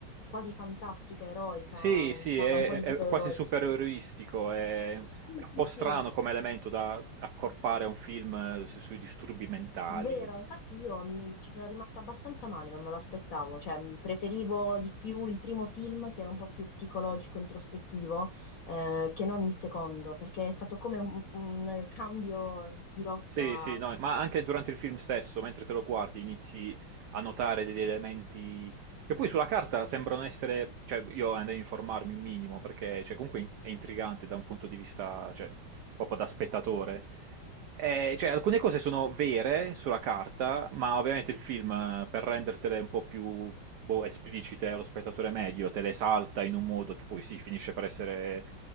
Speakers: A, on the left (about 65°); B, on the right (about 80°).
A: quasi fantastica, eroica,
B: sì, sì,
A: mm, parla
B: è,
A: un po' di
B: è
A: supereroi.
B: quasi supereroistico. È...
A: Sì,
B: È
A: sì,
B: un po'
A: sì,
B: strano come elemento da accorpare a un film eh, su- sui disturbi mentali.
A: Vero, infatti io mh, ci sono rimasta abbastanza male, non me lo aspettavo, cioè mh, preferivo di più il primo film che era un po' più psicologico, introspettivo, eh, che non il secondo, perché è stato come un, un cambio di, di rotta.
B: Sì, sì, no, ma anche durante il film stesso, mentre te lo guardi, inizi a notare degli elementi che poi sulla carta sembrano essere, cioè io andai a informarmi un minimo perché cioè, comunque è intrigante da un punto di vista, cioè, proprio da spettatore. Eh, cioè, alcune cose sono vere sulla carta, ma ovviamente il film, eh, per rendertele un po' più boh, esplicite allo spettatore medio, te le salta in un modo che poi sì, finisce per essere